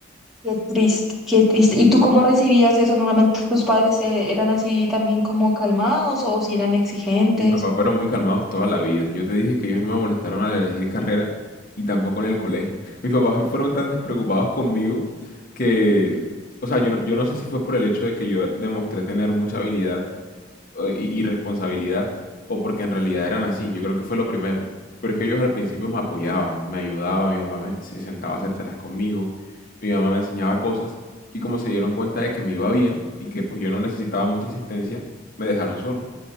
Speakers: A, in the centre; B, on the left.
A: Qué triste, qué triste. ¿Y tú cómo recibías eso? ¿Normalmente tus padres eh, eran así también como calmados o si eran exigentes?
B: Mis papás fueron muy calmados toda la vida. Yo te dije que ellos no me molestaron al elegir carrera y tampoco en el colegio. Mis papás fueron tan despreocupados conmigo que, o sea, yo no, yo no sé si fue por el hecho de que yo demostré tener mucha habilidad eh, y, y responsabilidad o porque en realidad eran así. Yo creo que fue lo primero. Pero es que ellos al principio me apoyaban, me ayudaban, mi papá me- se sentaba a hacer tareas conmigo, mi mamá me enseñaba cosas y como se dieron cuenta de que me iba bien y que pues yo no necesitaba mucha asistencia, me dejaron solo